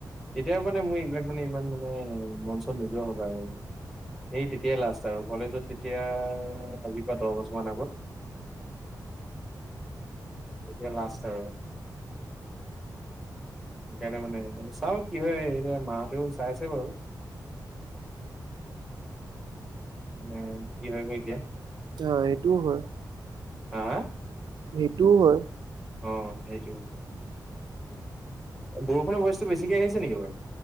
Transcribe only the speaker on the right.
অ' সেইটোও হয়।
সেইটোও হয়।